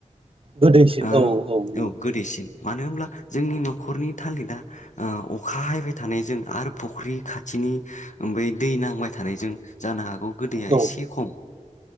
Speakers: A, on the right; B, on the left.
A: गोदैसिन
B: ओ
A: औ नंगौ
B: औ गोदैसिन। मानो होमब्ला जोंनि न'खरनि थालिदा ओ अखा हायबाय थानायजों आरो फख्रि खाथिनि नि उम बै दै नांबाय थानायजों जानो हागौ गोदैया
A: औ
B: एसे खम।